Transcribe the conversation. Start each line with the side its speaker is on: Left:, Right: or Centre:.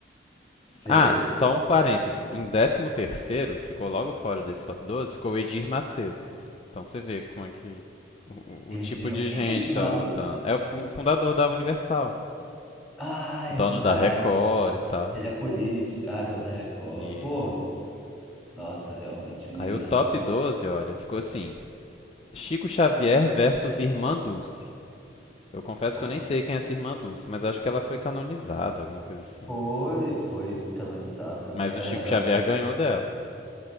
Centre: sei.
Left: Ah, só um parênteses. Em décimo terceiro ficou logo fora desse top 12, ficou o Edir Macedo. Então você vê como é que... O,
Centre: Edilmar.
Left: o tipo de
Centre: O que
Left: gente
Centre: que é Edilmar?
Left: que tava votando. É o fu- fundador da Universal.
Centre: Ah, é
Left: Dono
Centre: verdade.
Left: da Record e tal.
Centre: Ele é político. Ah, do da Record.
Left: Isso.
Centre: Pô, nossa, realmente, o
Left: Aí
Centre: nível
Left: o
Centre: das
Left: top
Centre: pessoas.
Left: 12, olha, ficou assim. Chico Xavier versus Irmã Dulce. Eu confesso
Centre: What
Left: que eu nem
Centre: the-
Left: sei quem é essa Irmã Dulce, mas eu acho que ela foi canonizada, alguma coisa assim.
Centre: Foi, foi canonizada.
Left: Mas
Centre: É,
Left: o Chico Xavier
Centre: é-
Left: ganhou dela.